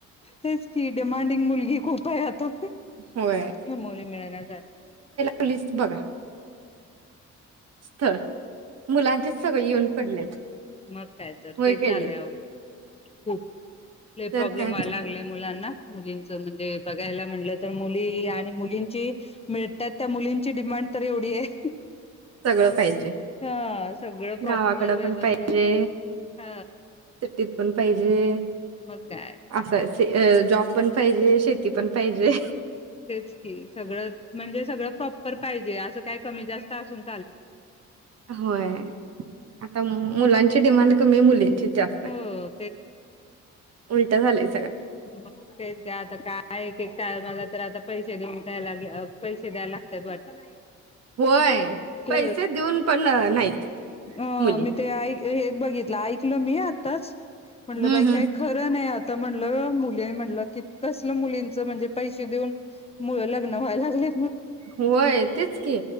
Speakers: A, on the left; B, on the right.
A: तेच की डमांडिंग मुलगी- खूप आहे आता
B: होय
A: न मुली मुलांना झाल्यात.
B: मुलीचं बघा स्थळ मुलांचेच सगळे येऊन पडलेत
A: मग काय तर
B: व्हय
A: तेच
B: कणी
A: झालंय खूप लय
B: तर
A: प्रॉब्लेम
B: काय.
A: व्हायला लागलाय मुलांना- मुलींच म्हणजे बघायला म्हटलं तर मुली आणि मुलींची- मिळतात. त्या मुलींची डिमांड तर एवढी आहे-
B: सगळं पाहिजे,
A: ह सगळं प्रॉपर
B: गावाकड
A: व्यवस्थित
B: पण पाहिजे,
A: ह
B: सिटीत पण पाहिजे,
A: मग काय
B: असं जॉब पण- पाहिजे, शेती पण पाहिजे.
A: तेच की सगळं म्हणजे सगळं प्रॉपर पाहिजे असं काय कमी जास्त असून -
B: होय आता मुलांची डिमांड कमी मुलींची जास्त आहे.
A: हो
B: उलट झालेय.
A: तर काय आता काय एकेक - मला तर आता पैसे देऊन पैसे द्याय लागतात वाटत.
B: होय
A: ते
B: पैसे देऊन पण नाहीत.
A: अ
B: मुली.
A: मी ते आई- हेच बघितलं ऐकलं मी आत्ताच- म्हणलं
B: हम्म
A: बाई
B: हम्म.
A: काय खरं नाही आ. आता म्हणलं मुलीय म्हणलं की कसलं मुलींच म्हणजे पैसे देऊन मुल लग्न व्हायला लागले.
B: होय तेच की